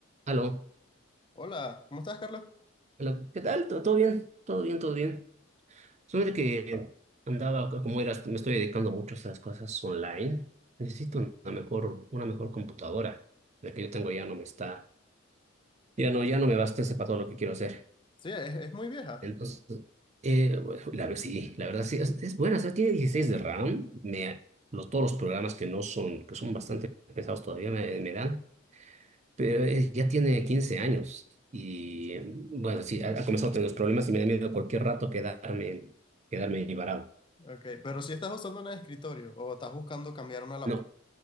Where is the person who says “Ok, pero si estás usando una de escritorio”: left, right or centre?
Left